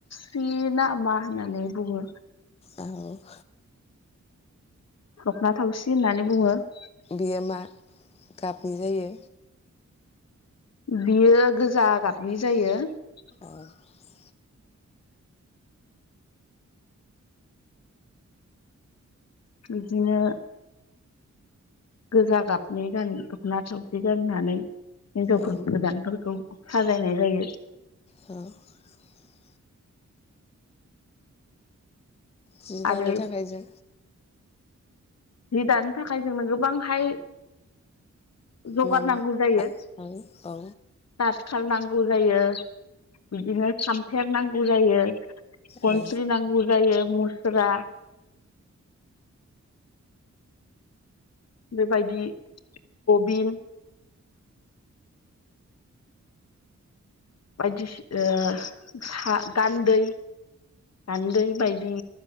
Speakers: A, on the left; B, on the left.
A: <unintelligible> ना मा होननानै बुङो
B: औ ।
A: दख'ना थावसि होननानै बुङो ।
B: बेयो मा गाबनि जायो?
A: बियो गोजा गाबनि जायो ।
B: औ ।
A: बिदिनो गोजा गाबनि गान दख'ना थावसि गाननानै हिनजावफोर
B: औ
A: गोदानफोरखौ साजायनाय जायो ।
B: औ । जि दानो
A: आरो
B: थाखाय जों
A: जि दानो थाखाय जोंनो गोबांहाय जगार
B: मा
A: नांगौ
B: मा
A: जायो
B: औ औ
A: दाथखाल नांगौ गौ जायो बिदिनो थामफेर नांगौ जायो खनस्रि
B: औ
A: नांगौ जायो मुस्रा बेबायदि गबिन बायदिसिन ओ सा गान्दै गान्दै बायदि